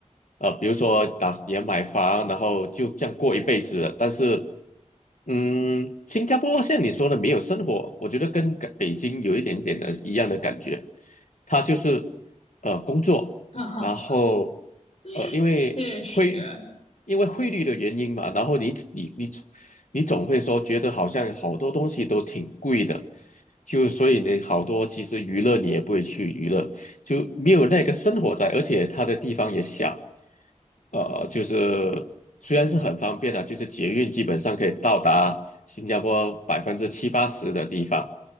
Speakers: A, on the left; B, on the left.
A: 呃，比如说打也买房，然后就这样过一辈子了。但是，嗯，新加坡像你说的没有生活，我觉得跟感北京有一点点的一样的感觉，它就是呃工作。
B: <laughs> 哈哈，
A: 然后呃，
B: <laughs>
A: 因为汇
B: 确实，
A: 因为汇率的原因嘛，然后你你你你总会说觉得好像好多东西都挺贵的，就所以你好多其实娱乐你也不会去娱乐，就没有那个生活在，而且它的地方也小，呃，就是虽然是很方便的，就是捷运基本上可以到达新加坡百分之七八十的地方，